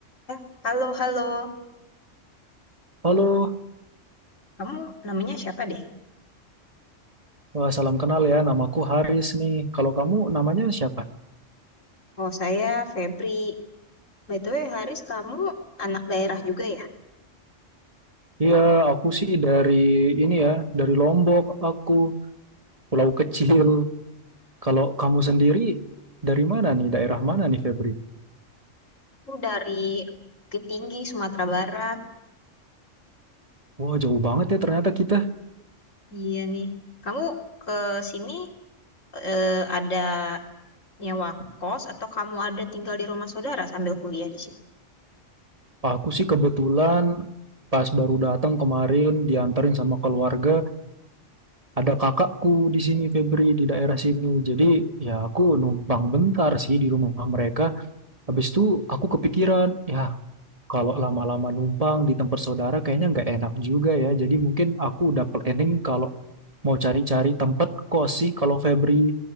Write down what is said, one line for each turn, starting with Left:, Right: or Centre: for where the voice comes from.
Left: Eh, Halo, halo.
Right: Halo,
Left: Kamu namanya siapa deh?
Right: wah, salam kenal ya. Namaku Haris nih. Kalau kamu namanya siapa?
Left: Oh, saya Febri. By the way, Haris, kamu anak daerah juga ya?
Right: Iya, aku sih dari ini ya, dari Lombok aku, pulau kecil. Kalau kamu sendiri dari mana nih? Daerah mana nih, Febri?
Left: Aku dari Bukit Tinggi, Sumatera Barat.
Right: Wah, jauh banget ya ternyata kita.
Left: Iya nih. Kamu ke sini eh, ada nyewa kos atau kamu ada tinggal di rumah saudara sambil kuliah di sini?
Right: Aku sih kebetulan pas baru datang kemarin dianterin sama keluarga, ada kakakku di sini, Febri, di daerah sini. Jadi, ya aku numpang bentar sih di rumah mereka. Habis itu aku kepikiran, ya Kalau lama-lama numpang di tempat saudara kayaknya nggak enak juga ya. Jadi mungkin aku udah planning kalau mau cari-cari tempat kos sih. Kalau Febri,